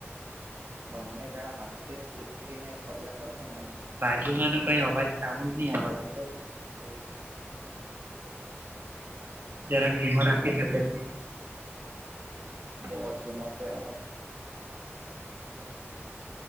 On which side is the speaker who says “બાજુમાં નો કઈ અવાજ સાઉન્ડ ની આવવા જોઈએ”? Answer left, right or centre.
Right